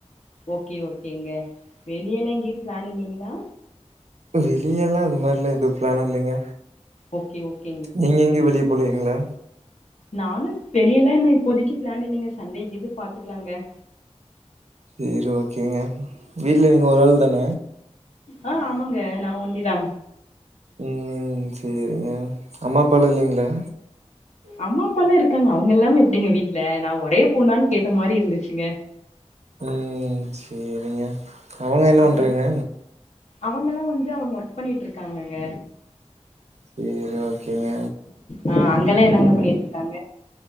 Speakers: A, on the left; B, on the right.
A: ஓகே ஓகேங்க வெளியெல்லா எங்யு ப்ளான் இல்லைங்ளா
B: வெளியெல்லா அது மாரிலா எது ப்ளானு இல்லைங்க
A: ஓகே ஓகே
B: நீங்க எங்யு வெளிய போலீங்ளா
A: நானும் வெளியலா இனய் இப்போதைக்கி ப்ளான் இல்லங்க சண்டே இது பாத்துக்லாங்க
B: சேரி ஓகேங்க வீட்ல நீங்க ஒரு ஆள் தான
A: ஆ ஆமாங்க நா ஒண்டிதா
B: ம் சரிங்க அம்மாப்பால இல்லைங்ளா
A: அம்மா அப்பால்லா இருக்காங்க அவங்க இல்லாம எப்படிங்க வீட்ல நா ஒரே பொண்னான் கேட்ட மாரி இருந்துச்சுங்க
B: உம் சேரிங்க அவங்க என்ன
A: அப்புறோ
B: பண்றங்க
A: அவங்கல்லா வந்து அவங்க வர்க் பண்ணிட்டு இருக்காங்கங்க
B: சேரி ஓகேங்க
A: ஆ அங்கெல்லா என்னங்க பண்ணிட்டு இருக்காங்க